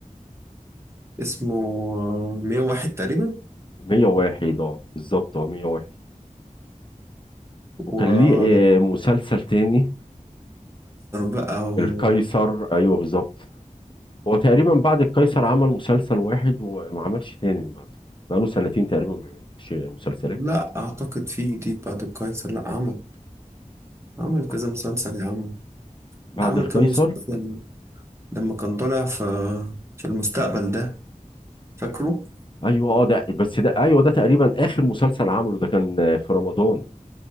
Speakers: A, on the right; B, on the left.
A: اسمه آه، 101 تقريبا
B: 101 اه بالظبط اه 101
A: وقيصر
B: وكان ليه آه، مسلسل تاني
A: بقى و...
B: القيصر أيوه بالظبط هو تقريبا بعد القيصر عمل مسلسل واحد وما عملش تاني من بعده بقاله سنتين تقريبا ما بيعملش مسلسلات
A: لا اعتقد في جديد بعد القيصر لا عمل عمل كذا
B: آه،
A: مسلسل يا عم
B: بعد
A: ده عمل
B: القيصر
A: كام مسلسل لما كان طالع في في المستقبل ده فاكره
B: ايوه اه ده بس ده ايوه ده تقريبا اخر مسلسل عمله ده كان آه، في رمضان